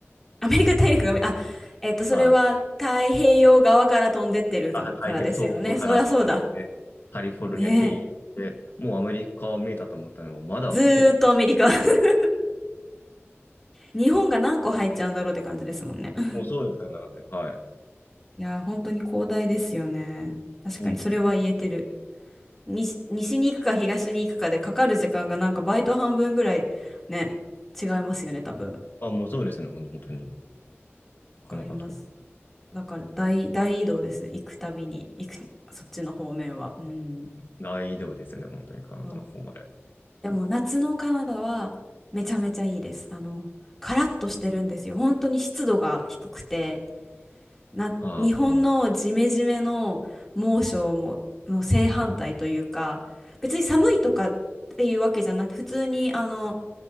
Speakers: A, in the centre; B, on the left.
A: アメリカ大陸がめあえっとそれは太平洋側から飛んでってるか、
B: あ、あ、太平洋、
A: からですよねそりゃそうだ
B: 東京から飛んで、カリフォルニア経由で、
A: ね
B: もうアメリカを見えたと思ったのも、まだ結構、
A: ずーっとアメリカ <laughs> 日本が何個入っちゃうんだろうって感じですもんね <laughs>
B: もうそうですね、なんで、はい。
A: いやー、本当に広大ですよね。確かにそれは言えてる。
B: うん、
A: 西、西に行くか東に行くかでかかる時間がなんかバイト半分ぐらいね、違いますよね、多分。わ
B: あ、もうそうですね、ほん本当に。このこと
A: かります。だから大、大移動です。行くたびに、行く、そっちの方面は。うん。
B: 大移動ですね、本当にカナダの方まで。
A: そうでも夏のカナダはめちゃめちゃいいです。あの、カラッとしてるんですよ。本当に湿度が低くて、な、
B: ああ、
A: 日本のジメジメの猛暑も、の正反対というか、別に寒いとかっていうわけじゃなくて、普通にあの、